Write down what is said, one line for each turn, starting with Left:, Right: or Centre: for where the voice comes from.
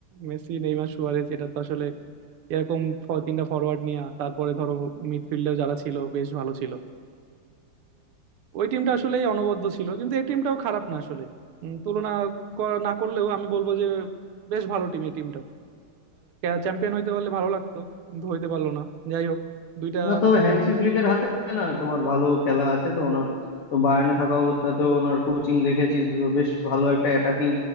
Right: মেসি নেইমার সুয়ারেজ এটা তো আসলে এরকম ফ- তিনটা ফরওয়ার্ড নিয়ে তারপরে ধরো মিডফিল্ডেও যারা ছিল বেশ ভালো ছিল ওই টিমটা আসলেই অনবদ্য ছিল কিন্তু এই টিমটাও খারাপ না আসলে উম, তুলনা কর- না করলেও আমি বলবো যে বেশ ভালো টিম এই টিমটাও চ্যাম্পিয়ন হইতে পারলে ভালো লাগতো কিন্তু হইতে পারলো না যাই হোক দুইটা
Left: না তবে হ্যান্সি ফ্লিকের হাতে না তোমার ভালো খেলা আছে তো ওনার তো বায়ার্নে থাকা অবস্থাতেও ওনার কোচিং দেখেছি তো বেশ ভালো একটা অ্যাটাকিং